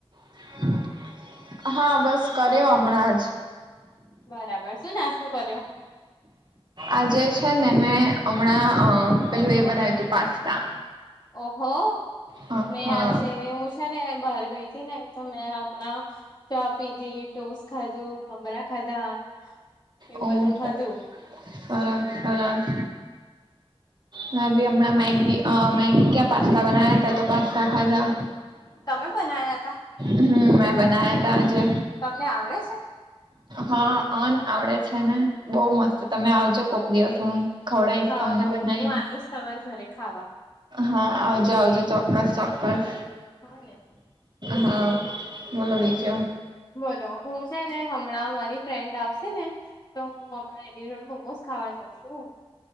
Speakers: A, on the right; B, on the left.
A: <inaudible> હા બસ કર્યો હમણાં જ
B: બરાબર શું નાસ્તો કર્યો?
A: આજે છે નેં હમણાં અ પેલું એ બનાવ્યું તું પાસ્તા.
B: ઓહો.
A: હ
B: મે
A: હા
B: આજે એવું છે ને બ ગઈ ને તો મેં હમણાં ચા પીધી ઢોસ ખાધું મમરા ખાધા. એવું
A: ઓક
B: બધું ખાધું
A: સરાસ સરરાસ. મેં ભી હમણાં મેગી અ મેગી ક્યાં પાસ્તા બનાયા હતા તો પાસ્તા ખાધા.
B: તમે બનાયા તા.
A: હમ્મ મેં બનાયા ત આજે.
B: તમને આવડે છે?
A: હા અન આવડે છે ને બહ મસ્ત તમે આવજો કોક દિવસ હું ખવડાઈશ
B: હા
A: તમને
B: હ
A: બનાઈને
B: હું આવીશ તમારે ઘરે ખાવા.
A: હા આવજો આવજો ચોક્કસ ચોક્કસ.
B: હાને.
A: હા બોલો બીજું.
B: બોલો હું છે ને હમણાં મારી ફ્રેન્ડ આવશે ને તો હું હ એની જોડે મોમોઝ ખાવા જઉ છું.